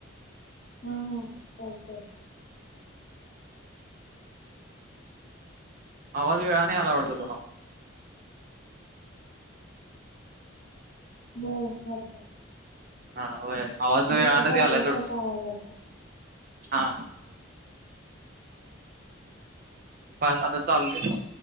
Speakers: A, on the left; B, on the right.
A: हा हा चालत
B: हवाज वेळा नाही आयला पडत तु्हाला
A: ब वाटत
B: हा होय आवाज वेळानच
A: गिटार वाजल्यासारखा
B: यालाय सोड
A: आवाज आलता
B: हा पानी आता चाललंय